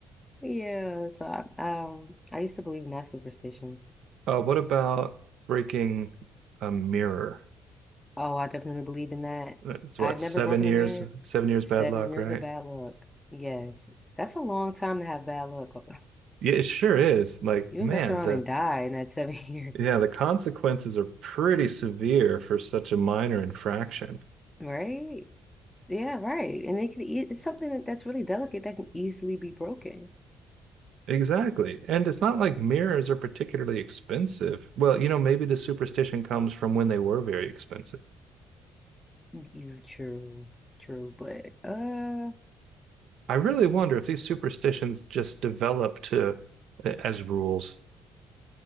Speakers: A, on the left; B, on the right.
A: Yeah, so I, um, I used to believe in that superstition.
B: Uh, what about breaking a mirror?
A: Oh, I definitely believe in that.
B: That's what,
A: I've never
B: seven
A: broken
B: years,
A: a mirror.
B: seven years
A: Seven
B: bad luck,
A: years
B: right?
A: of bad
B: <laughs>
A: luck. Yes. That's a long time to have bad luck. <laughs>
B: Yeah, it sure is. Like,
A: You
B: man,
A: would mess around
B: the
A: and die in that seven <laughs> years.
B: yeah, the consequences are pretty severe for such a minor infraction.
A: Right? Yeah, right. And it can e it's something that, that's really delicate that can easily be broken.
B: Exactly. And it's not like mirrors are particularly expensive. Well, you know, maybe the superstition comes from when they were very expensive.
A: You true, true, but uh
B: I really wonder if these superstitions just develop to as rules.